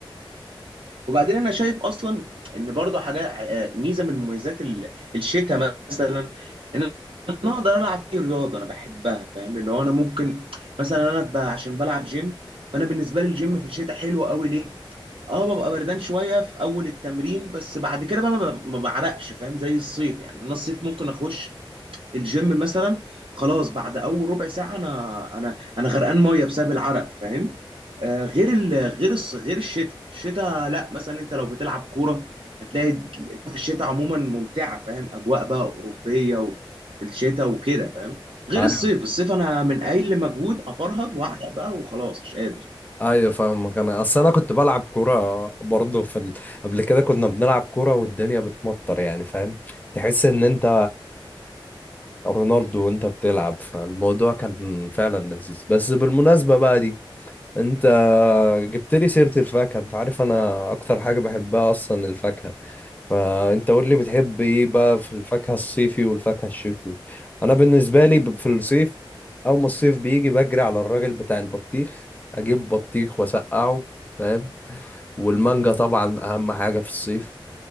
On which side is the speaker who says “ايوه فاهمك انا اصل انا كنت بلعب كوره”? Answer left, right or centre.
Left